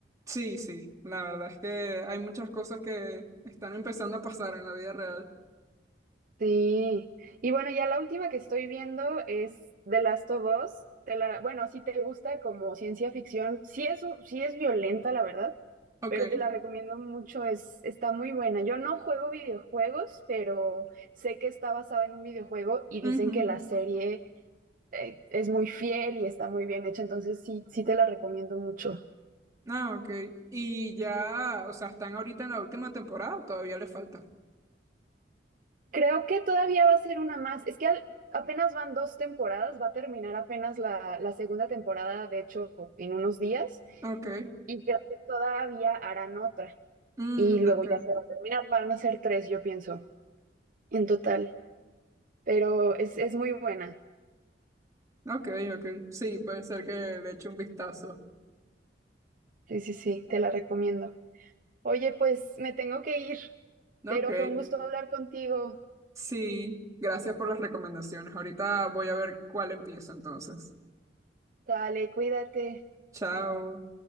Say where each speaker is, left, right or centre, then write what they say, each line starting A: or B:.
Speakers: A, on the right; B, on the right.
A: Sí, sí, la verdad es que hay muchas cosas que están empezando a pasar en la vida real.
B: Sí, y bueno, ya la última que estoy viendo es The Last of Us. Te la, bueno, si te gusta como ciencia ficción, sí es, un- sí es violenta, la verdad,
A: Ok.
B: pero te la recomiendo mucho, es, está muy buena. Yo no juego videojuegos, pero sé que está basada en un videojuego y dicen
A: Ujú.
B: que la serie eh, es muy fiel y está muy bien hecha, entonces sí, sí te la recomiendo mucho.
A: Ah, ok. Y ya, o sea, están ahorita en la última temporada, todavía le falta.
B: Creo que todavía va a ser una más. Es que al- apenas van dos temporadas, va a terminar apenas la, la segunda temporada, de hecho, en unos días,
A: Ok.
B: y creo que todavía harán otra.
A: Mm,
B: Y luego
A: ok.
B: ya se va a terminar, van a ser tres, yo pienso, en total. Pero es, es muy buena.
A: Ok, ok. Sí, puede ser que le eche un vistazo.
B: Sí, sí, sí, te la recomiendo. Oye, pues me tengo que ir,
A: Ok.
B: pero fue un gusto hablar contigo.
A: Sí, gracias por las recomendaciones. Ahorita voy a ver cuál empiezo entonces.
B: Dale, cuídate.
A: Chao.